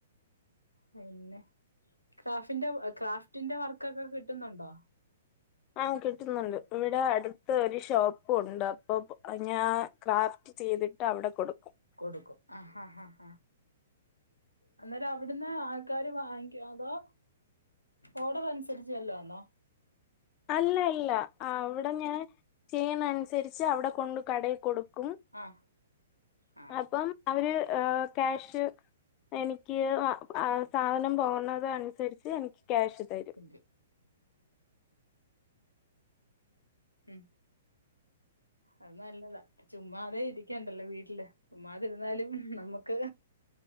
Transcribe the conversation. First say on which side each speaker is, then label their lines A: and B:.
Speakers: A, on the left; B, on the left.
A: പിന്നെ ക്രാഫിന്റെ ക്രാഫ്റ്റിന്റെ വർക്കൊക്കെ കിട്ടുന്നുണ്ടോ
B: ആഹ് കിട്ടുന്നുണ്ട് ഇവിടെ അ- ഒരു ഷോപ്പ ഉണ്ട് അപ്പൊ ഞാൻ ക്രാഫ്റ്റ് ചെയ്തിട്ട് അവിടെ കൊടുക്കും
A: കൊടുക്കും ആഹഹ ആഹ അന്നേരം അവിടുന്ന് ആൾക്കാര് വാങ്ങിക്കൊ അതോ ഓഡർ അനുസരിച്ചല്ലോന്നോ
B: അല്ലല്ല അവിടെ ഞാൻ ചെയ്യണ അനുസരിച്ച് അവിടെ കൊണ്ട് കടയിൽ കൊടുക്കും
A: ആഹ് ആഹ്
B: അപ്പം അവര് ക്യാഷ് എനിക്ക് വ ആ സാധനം പോകണത് അനുസര്ച്ച് എനിക്ക് ക്യാഷ് തരും.
A: ഉം ഉം. അത് നല്ലതാ. ചുമ്മാതെ ഇരിക്ക്യണ്ടല്ലൊ വീട്ടില് ചുമ്മാതിരുന്നാലും നമ്മുക്ക്.